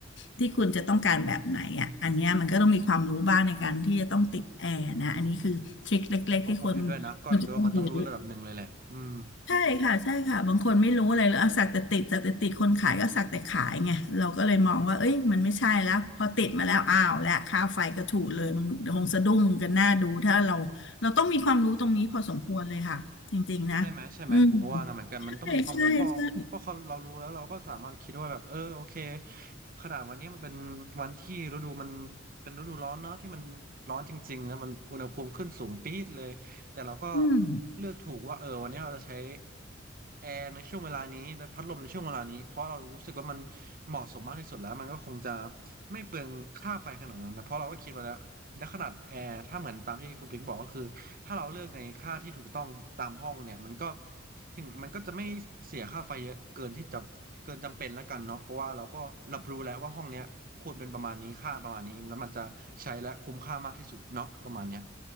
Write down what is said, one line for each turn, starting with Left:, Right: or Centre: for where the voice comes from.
Left: ที่คุณจะต้องการแบบไหนอ่ะอันเนี้ยมันก็ต้องมีความรู้บ้างในการที่จะต้องติดแอร์นะอันนี้คือทริคเล็กๆที่คน
Right: ก็ผมเห็นด้วยนะ ก็เห็นด้วยว่ามันต้องรู้ระดับหนึ่งเลยแหละอืม
Left: ควรจะต้องรู้ ใช่ค่ะใช่ค่ะบางคนไม่รู้อะไรเลยอะสักแต่ติดสักแต่ติดคนขายก็สักแต่ขายไงเราก็เลยมองว่าเอ้ยมันไม่ใช่แล้วพอติดมาแล้วอ้าวและค่าไฟก็ถูกเลยมันคงสะดุ้งกันหน้าดูถ้าเราเราต้องมีความรู้ตรงนี้พอสมควรเลยค่ะจริงๆนะ
Right: ใช่ไหมใช่ไหมผมก็ว่างั้นเหมือนกันมันต้องมีความรู้พอพอเขาเรารู้แล้วเราก็สามารถคิดว่าแบบเออโอเค
Left: อืมใช่ใช่ใช่
Right: ขนาดวันนี้มันเป็นวันที่ฤดูมันเป็นฤดูร้อนเนาะที่มันร้อนจริงๆแล้วมันอุณหภูมิขึ้นสูงปี๊ดเลยแต่เราก็
Left: อืม
Right: เลือกถูกว่าเออวันนี้เราจะใช้แอร์ในช่วงเวลานี้และพัดลมในช่วงเวลานี้เพราะเรารู้สึกว่ามันเหมาะสมมากที่สุดแล้วมันก็คงจะไม่เปลืองค่าไฟขนาดนั้นนะเพราะเราก็คิดไว้แล้วและขนาดแอร์ถ้าเหมือนตามที่คุณปิ๊งบอกก็คือ ถ้าเราเลือกในค่าที่ถูกต้องตามห้องเนี่ยมันก็ถึงมันก็จะไม่เสียค่าไฟเยอะเกินที่จะเกินจำเป็นแล้วกันเนาะเพราะว่าเราก็รับรู้แล้วว่าห้องเนี้ยควรเป็นประมาณนี้ค่าประมาณนี้แล้วมันจะใช้และคุ้มค่ามากที่สุดเนาะประมาณเนี้ย